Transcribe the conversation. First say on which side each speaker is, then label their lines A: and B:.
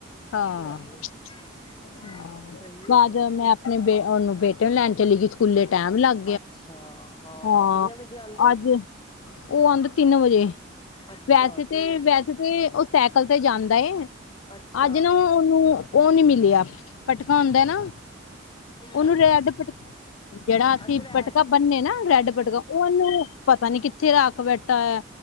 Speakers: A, on the left; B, on the left.
A: <unintelligible>
B: ਉਹ ਤੇ ਹੈ ਹੀ ਹਾਂ ਸਹੀ ਹੈ ਤੇ
A: ਅਪਨੇ ਬੇ ਓਨੂੰ ਬੇਟੇ ਨੂੰ ਲੈਨ ਚਲੀ ਗਈ, ਸਕੂਲੇ ਟੈਮ ਲਾਗ
B: ਅੱਛਾ।
A: ਹਾਂ,
B: ਕਿੰਨੇ ਵਜੇ ਆਉਂਦਾ
A: ਅਜ ਓ ਆਂਦੇ ਤਿੰਨ ਵਜੇ।
B: ਅੱਛਾ
A: ਵੈਸੇ ਤੇ,
B: ਤਿੰਨ
A: ਵੈਸੇ ਤੇ ਓ ਸੈਕਲ ਤੇ ਜਾਂਦਾ ਏ
B: ਅੱਛਾ
A: ਅਜ ਨਾ ਓਨੂੰ ਓ ਨੀ ਮਿਲੇਆ, ਪਟਕਾ ਹੁੰਦੈ ਨਾ ਓਨੂੰ
B: ਹੈਂ
A: ਰੇਡ ਪਟ ਜੇੜਾ ਅਸੀ
B: ਅੱਛਾ ਰੈਡ
A: ਪਟਕਾ ਬਨਨੇ ਨਾ, ਰੈਡ ਪਟਕਾ ਓਨੂੰ ਪਤਾ ਨੀ ਕਿੱਥੇ ਰਾਖ ਬੈਠਾ ਐ,